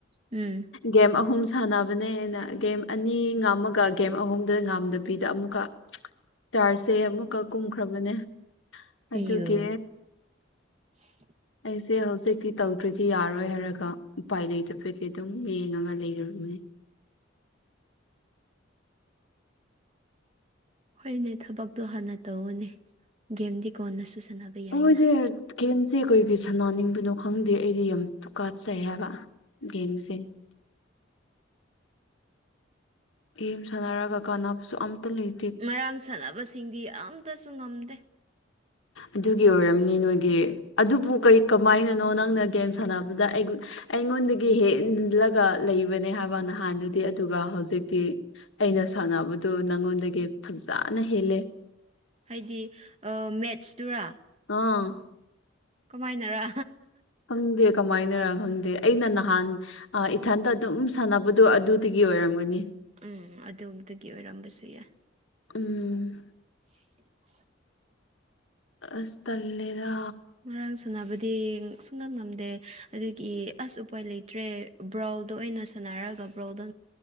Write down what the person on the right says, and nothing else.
ꯎꯝ
<inaudible>
ꯑꯌꯨ
<inaudible>
ꯍꯣꯏꯅꯦ ꯊꯕꯛꯇꯣ ꯍꯥꯟꯅ ꯇꯧꯑꯣꯅꯦ ꯒꯦꯝꯗꯤ ꯀꯣꯟꯅꯁꯨ ꯁꯥꯟꯅꯕ ꯌꯥꯏꯅ
ꯉꯔꯥꯡ ꯁꯥꯟꯅꯕꯁꯤꯡꯗꯤ ꯑꯝꯇꯁꯨ ꯉꯝꯗꯦ
ꯍꯥꯏꯗꯤ ꯃꯦꯠꯁꯇꯨꯔꯥ
ꯀꯃꯥꯏꯅꯔ
ꯎꯝ ꯑꯗꯨꯗꯒꯤ ꯑꯣꯏꯔꯝꯕꯁꯨ ꯌꯥꯏ
<unintelligible>
ꯉꯔꯡ ꯁꯥꯟꯅꯕꯗꯤ ꯁꯨꯡꯉꯝ ꯉꯝꯗꯦ ꯑꯗꯨꯒꯤ ꯑꯁ ꯎꯄꯥꯏ ꯂꯩꯇ꯭ꯔꯦ ꯕ꯭ꯔꯥꯎꯜꯗꯣ ꯑ ꯑꯣꯏꯅ ꯁꯥꯟꯅꯔꯒ ꯕ꯭ꯔꯥꯎꯜꯗ